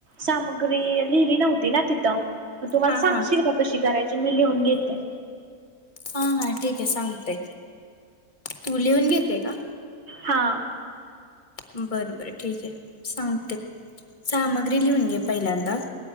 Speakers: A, on the right (about 45°); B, on the left (about 35°).
A: सामग्री लिहिली नव्हती ना तिथं तर तू मला
B: हा
A: सांगशील
B: हा
A: का? कशी करायची? मी लिहून घेते.
B: हा हा ठीक आहे सांगते. तू लिहून घेतेय का?
A: हा.
B: बर बरं ठीक आहे. सांगते. सामग्री लिहून घे पहिल्यांदा.